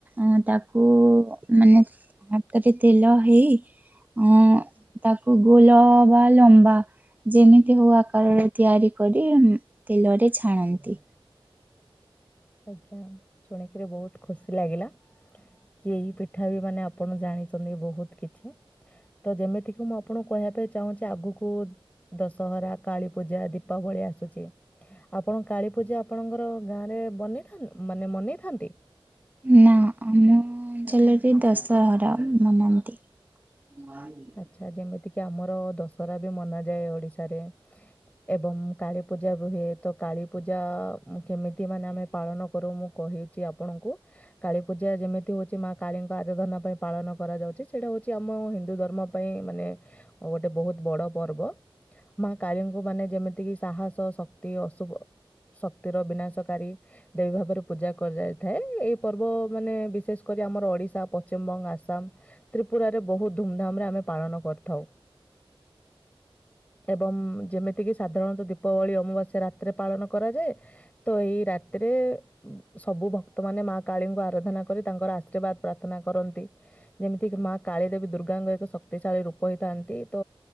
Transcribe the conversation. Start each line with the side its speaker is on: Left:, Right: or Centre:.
Right: ଅଁ ତାକୁ ମାନେ ହାତରେ ତେଲ ହେଇ ଉଁ ତାକୁ ଗୁଲ ବା ଲମ୍ବା ଯେମିତି ହଉ ଆକାରର ତିଆରି କରି ତେଲରେ ଛାଣନ୍ତି।
Left: ଆଜ୍ଞା ଶୁଣିକିରି ବହୁତ୍ ଖୁସି ଲାଗିଲା। କି ଏହି ପିଠା ବି ମାନେ ଆପଣ ଜାଣିଚନ୍ତି ବହୁତ କିଛି ତ ଯେମିତି ମୁଁ ଆପଣଙ୍କୁ କହିବା ପାଇଁ ଚାହୁଁଚି ଆଗୁକୁ ଦଶହରା କାଳୀ ପୂଜା ଦୀପାବଳୀ ଆସୁଚି ଆପଣ କାଳୀପୂଜା ଆପଣଙ୍କର ଗାଁରେ ବନି ଥନ୍ ମାନେ ମନେଇଥାନ୍ତି।
Right: ନା ଆମ ଅଞ୍ଚଲରେ ଦଶହରା ମନାନ୍ତି। ମାଇଣ୍ଡ
Left: ଆଚ୍ଛା ଯେମିତିକି ଆମର ଦଶହରା ବି ମନାଯାଏ ଓଡ଼ିଶାରେ। ଏବଂ କାଳୀପୂଜା ରୁହେ ତ କାଳୀପୂଜା ମୁଁ କେମିତି ମାନେ ଆମେ ପାଳନ କରୁ ମୁଁ କହିଚି ଆପଣଙ୍କୁ କାଳୀ ପୂଜା ଯେମିତି ଉଛି ମା କାଳୀଙ୍କ ଆରାଧନା ପାଇଁ ପାଳନ କରାଯାଉଛଚି ସେଇଟା ହୋଉଚି ଆମ ହିନ୍ଦୁ ଧର୍ ମୋ ପାଇଁ ମାନେ ଅ ଗୋଟେ ବହୁତ୍ ବଡ ପର୍ବ ମା କାଳୀଙ୍କୁ ମାନେ ଯେମିତିକି ସାହସ ଶକ୍ତି ଅଶୁଭ ଶକ୍ତିର ବିନାଶକାରୀ ଦେଵୀ ଭାବରେ ପୂଜା କରାଯାଇଥାଏ ଏଇ ପର୍ବ ମାନେ ବିଶେଷ କରି ଆମର ଓଡ଼ିଶା ପଶ୍ଚିମବଙ୍ଗ ଆସାମ ତ୍ରିପୁରାରେ ବହୁତ ଧୁମ୍ ଧାମ୍ ରେ ଆମେ ପାଳନ କରିଥାଉ। ଏବଂ ଯେମିତିକି ସାଧାରଣତଃ ଦୀପବଳି ଅମାବାସ୍ୟା ରାତିରେ ପାଳନ କରାଯାଏ। ତ ଏହି ରାତିରେ ସବୁ ଭକ୍ତ ମାନେ ମା କାଳୀଙ୍କୁ ଆରାଧନା କରି ତାଙ୍କର ଆଶୀର୍ବାଦ ପ୍ରାର୍ଥନା କରନ୍ତି। ଯେମିତିକି ମା କାଳିଦେବୀ ଗାଙ୍ଗ ଏକ ଶକ୍ତିଶାଳୀ ରୂପ ହେଇଥାନ୍ତି ତ